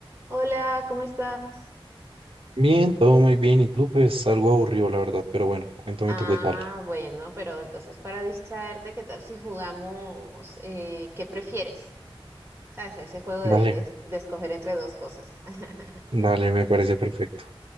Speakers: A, on the right; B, on the right.
A: Hola, ¿cómo estás?
B: Bien, todo muy bien. Y tú, pues algo aburrido, la verdad. Pero bueno, cuéntame
A: Ah,
B: tú qué tal.
A: bueno, pero entonces para distraerte, ¿qué tal si jugamos eh, qué prefieres? ¿Sabes? Ese juego
B: Dale,
A: de, de- de escoger entre dos cosas. <laughs>
B: dale, me parece perfecto.